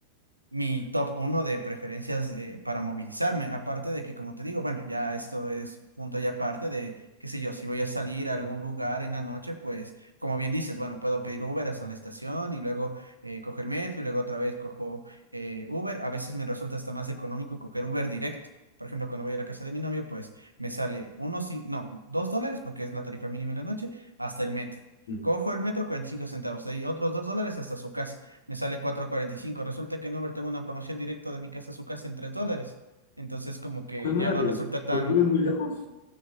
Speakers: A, on the right; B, on the left.
A: mi top uno de preferencias eh, para movilizarme. Aparte de que, como te digo, bueno, ya esto es punto y aparte de, qué sé yo, si voy a salir a algún lugar en la noche, pues, como bien dices, bueno, puedo pedir Uber hasta la estación y luego eh, cojo el metro y luego otra vez cojo eh, Uber. A veces me resulta hasta más económico coger Uber directo. Por ejemplo, cuando voy a la casa de mi novio, pues me sale uno, sí, no, dos dólares, porque es la tarifa mínima en la noche, hasta el metro.
B: Ujú.
A: Cojo el metro, 45 centavos, de ahí otros dos dólares hasta su casa me sale cuatro cuarenta y cinco Resulta que en Uber tengo una promoción directa de mi casa a su casa en 3 dólares. Entonces, como que
B: Fue madre,
A: ya no resulta tan...
B: pero vive muy lejos.